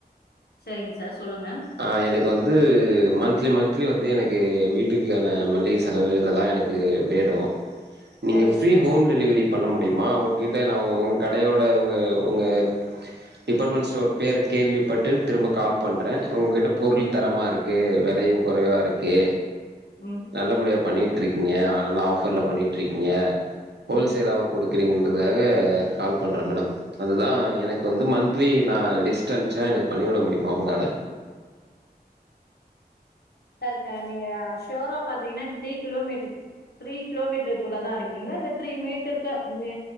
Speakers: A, on the left; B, on the right.
A: சரிங் சார் சொல்லுங்க
B: ஆ எனக்கு வந்து மன்த்லி மன்த்லி வந்து எனக்கு வீட்டுக்கான மளிக செலவு இதெல்லா எனக்கு வேடு நீங்க
A: சரிங்க
B: ஃப்ரீ
A: சார்
B: ஹோம் டெலிவரி பண்ண முடியுமா உங்கிட்ட நா உங்க உன் கடையோட உங்க உங்க டிபார்ட்மெண்ட் ஸ்டோர் பேர் கேள்விப்பட்டு திரும்ப கால் பண்ற த உங்கிட்ட பொருள் தரமா இருக்கு வெலையு கொறைவா இருக்கு
A: ம்
B: நல்ல மொறயா பண்ணிட்டுருக்கீங்க நல்லா ஆஃபர்ல பண்ணிட்டுருக்கீங்க ஹோல்சேலா
A: ம்
B: குடுக்கறீங்கன்றதுக்காக கால் பண்ற மேடம் அதுதா எனக்கு வந்து மன்த்லி நா லிஸ்ட் அனுப்ச்சா எனக்கு பண்ணிவிட முடியுமா உங்களால
A: சார் க நீங்க ஷ்யூரா பாத்தீங்கன்னா த்ரீ கிலோமீட்டர் த்ரீ கிலோமீட்டருக்குள்ளதா இருக்கீங்ளா இல்ல த்ரீ மீட்டருக்கு மீ